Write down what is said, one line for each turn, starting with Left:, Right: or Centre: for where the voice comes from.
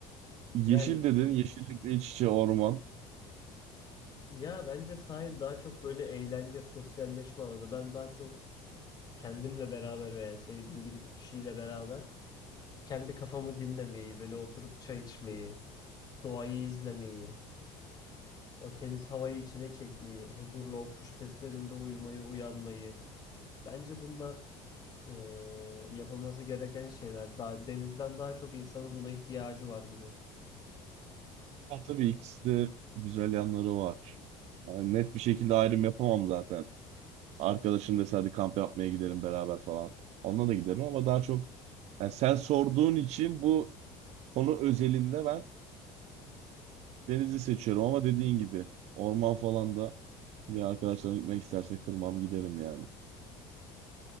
Right: yeşil
Left: Ya
Right: dedin, yeşillikle iç içe orman.
Left: ya bence sahil daha çok böyle eğlence, sosyalleşme alanı. Ben daha çok kendimle beraber veya sevdiğim bir iki kişiyle beraber kendi kafamı dinlemeyi, böyle oturup çay içmeyi, doğayı izlemeyi O temiz havayı içine çekmeyi, huzurla o kuş seslerinde uyumayı, uyanmayı. Bence bunlar e, yapılması gereken şeyler. Daha, denizden daha çok insanın buna ihtiyacı var gibi.
Right: Ha, tabii ikisi de güzel yanları var. Yani net bir şekilde ayrım yapamam zaten. Arkadaşım dese hadi kamp yapmaya gidelim beraber falan. Onunla da giderim ama daha çok yani sen sorduğun için bu konu özelinde ben denizi seçiyorum ama dediğin gibi orman falan da bir arkadaşlarım gitmek isterse kırmam giderim yani.